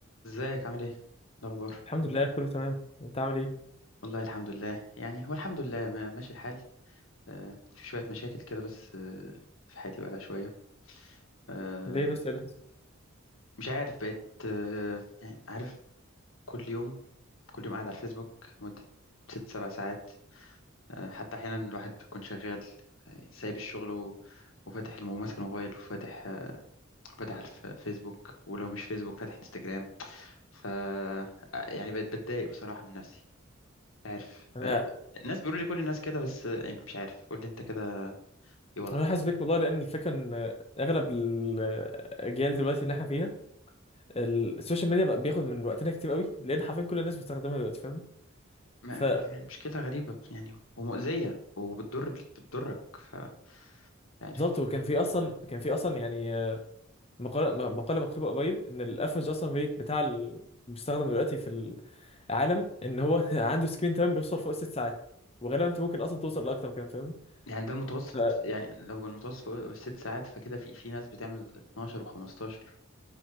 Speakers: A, on the left; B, on the left.
A: ازيك عامل ايه؟ إيه الاخبار
B: الحمد لله كله تمام انت عامل ايه
A: والله الحمد لله يعني هو الحمد لله ما- ماشي الحال آه، في شوية مشاكل كده بس آه، في حياتي بقالها شوية آه،
B: ليه بس ايه اللي حصل
A: مش عارف بقيت آه، يعني عارف كل يوم كل يوم قاعد على الفيسبوك مدة ست سبع ساعات آه، حتى أحيانا الواحد بيكون شغال آه، سايب الشغل و- وفاتح الم- ماسك الموبايل وفاتح آه، فاتح الفيسبوك ولو مش فيسبوك فاتح انستجرام ف آه، يعني بقيت بتضايق بصراحة من نفسي عارف
B: انا
A: الناس بيقولوا لي كل الناس كده بس مش عارف قول لي انت كده ايه وضعك
B: انا حاسس بيك والله لان الفكره ان اغلب الاجيال دلوقتي اللي احنا فيها السوشيال ميديا بقى بياخد من وقتنا كتير قوي لان حرفيا كل الناس بتستخدمها دلوقتي فاهمني
A: ما-
B: فبالظبط
A: ما- مشكلة غريبة يعني ومؤذية وبتضر بتضرك ف عارف
B: وكان في اصلا كان في اصلا يعني مقاله م- مقاله مكتوبه قريب ان الافرج اصلا ريت بتاع المستخدم دلوقتي في العالم ان هو <laughs> عنده سكرين تايم بيوصل فوق ست ساعات وغالبا انت ممكن اصلا توصل لاكتر كمان فاهمني
A: يعني ده المتوسط
B: فده
A: يعني لو المتوسط فوق ست ساعات فكده في في ناس بتعمل 12 و15